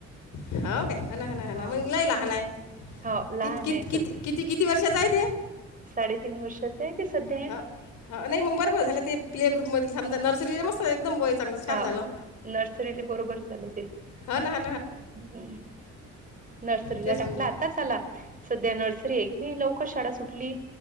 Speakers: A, on the left; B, on the right.
A: हो काय,
B: हां.
A: मग लई लहान हाय.
B: हो लहान
A: कित् कित्
B: आहे सध्या.
A: कित् किती किती वर्षाचा आहेत?
B: साडेतीन वर्षाचं आहे ते सध्या.
A: हा हा नाही मग बरबर झालं ते प्ले ग्रुपमधे थांबता नर्सरीला मस्त एकदम बाॅय चांगल छान
B: हां.
A: झालं.
B: नर्सरीला बरोबर झालं ते.
A: हो ना
B: हं. नर्सरीला
A: तेच
B: टाकला.
A: होऊन राहील
B: आता चला, सध्या नर्सरी आहे की, नाही लवकर शाळा सुटली.